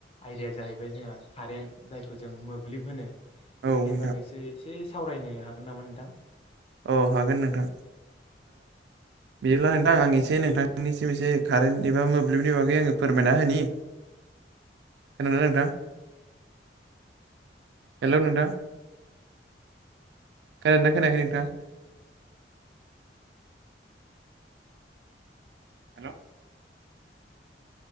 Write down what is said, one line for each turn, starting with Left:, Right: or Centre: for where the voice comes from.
Left: आयडाया जाहैबाय जोंहा कारेन्ट जायखौ जों मोब्लिब होनो बेफोरनि
Right: औ नोंथां
Left: बागैसो एसे सावरायनो हागोन नामा नोंथां?
Right: औ हागोन नोंथां। बिदिब्ला नोंथां आं एसे नोंथांनिसिम एसे कारेन्ट एबा मोब्लिबनि बागै आङो फोरमायना होनि
Left: <inaudible>
Right: खोनादोंना नोंथां? हेलौ नोंथां खोनादोंना खोनायाखै नोंथाङा? हेलौ